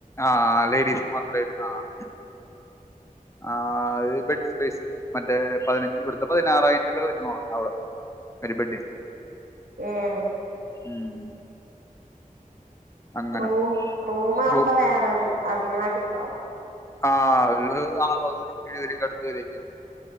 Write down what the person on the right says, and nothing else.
ഏഹ്
റൂം റൂമാവമ്പ
വേറെ അതിനാട്ടിണ്ടാവും